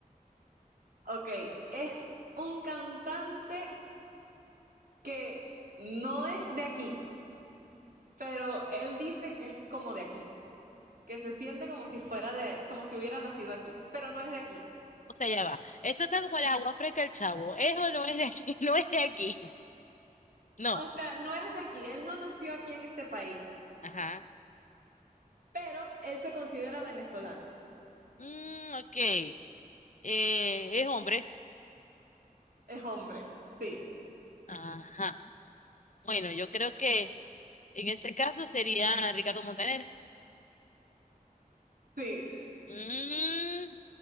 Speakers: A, on the right (about 80°); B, on the left (about 55°).
A: Ok, es un cantante que no es de aquí, pero él dice que es como de aquí, que se siente como si fuera de, como si hubiera nacido aquí, pero no es de aquí.
B: O sea, ya va. Eso está como el agua fresca el chavo. Eso no es de aquí, <laughs> no es de aquí. No.
A: O sea, no es de aquí, él no nació aquí en este país,
B: Ajá.
A: pero él se considera venezolano.
B: Mm, ok. Eh, es hombre.
A: Es hombre, sí,
B: Ajá. Bueno, yo creo que en ese caso sería Ricardo Montaner.
A: sí,
B: Mm,